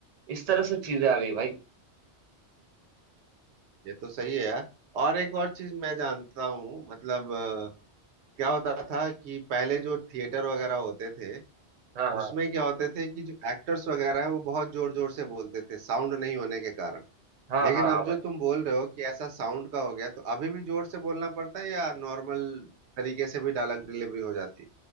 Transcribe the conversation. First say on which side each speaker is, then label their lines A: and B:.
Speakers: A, on the right (about 45°); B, on the right (about 80°).
A: इस तरह से चीजें आ गई भाई
B: ये तो सही है यार और एक और चीज मैं जानता हूँ मतलब अ, क्या होता था कि पहले जो थिएटर वगैरह होते थे
A: हाँ हाँ
B: उसमें क्या होते थे कि जो एक्टर्स वगैरह है वो बहुत जोर जोर से बोलते थे साउंड नहीं होने के कारण
A: हाँ
B: लेकिन
A: हाँ हाँ
B: अब
A: भाई
B: जो तुम बोल रहे हो कि ऐसा साउंड का हो गया तो अभी भी जोर से बोलना पड़ता है या नॉर्मल तरीके से भी डायलॉग डिलीवरी हो जाती